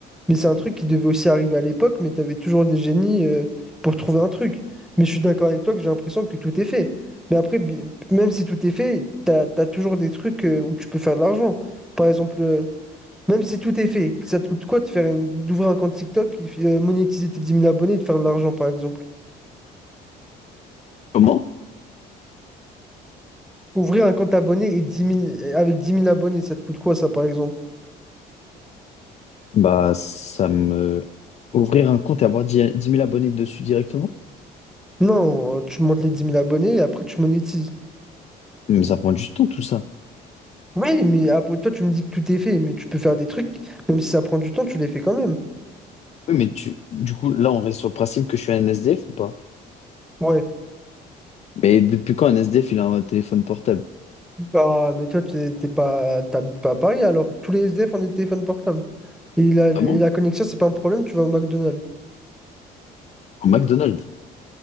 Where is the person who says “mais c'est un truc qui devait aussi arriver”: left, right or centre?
Centre